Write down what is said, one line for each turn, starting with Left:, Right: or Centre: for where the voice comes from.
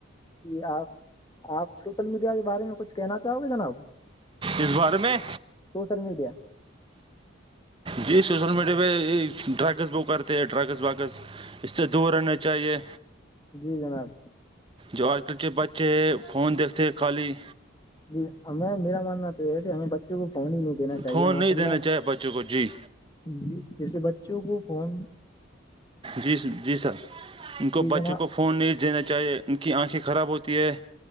Left: جی آپ آپ سوشل میڈیا کے بارے میں کچھ کہنا چاہو گے جناب
Right: اس بارے میں
Left: سوشل میڈیا
Right: جی سوشل میڈیا پہ ڈرگس ب کرتے ڈرگس وگس اس سے دور رہنا چاہیے
Left: جی جناب
Right: جو آج کل کے بچے فون دیکھتے خالی
Left: جی ہمیں میرا ماننا تو یہ ہے کہ ہمیں بچوں کو پڑھنی نہیں دینا چاہیے
Right: فون
Left: ماشاء
Right: نہیں
Left: اللہ
Right: دینا چاہیے بچوں کو جی
Left: ج جیسے بچوں کو فون
Right: جی جی سر
Left: جی
Right: ان کو بچوں
Left: جناب
Right: کو فون نہیں دینا چاہیے چاہے ان کی آنکھیں خراب ہوتی ہے